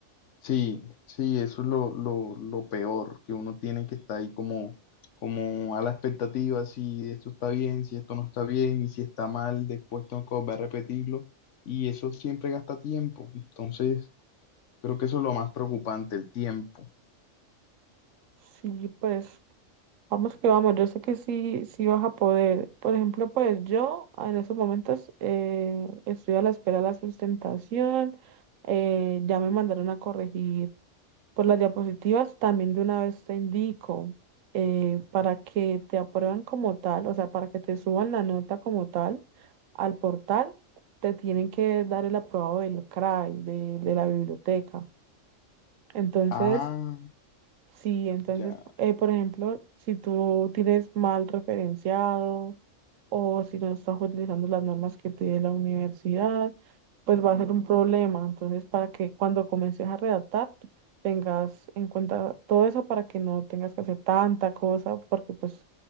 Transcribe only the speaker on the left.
Sí, sí, eso es lo, lo, lo peor, que uno tiene que estar ahí como, como a la expectativa, si esto está bien, si esto no está bien, y si está mal, después tengo que volver a repetirlo, y eso siempre gasta tiempo, entonces creo que eso es lo más preocupante, el tiempo.
Ah,
ya.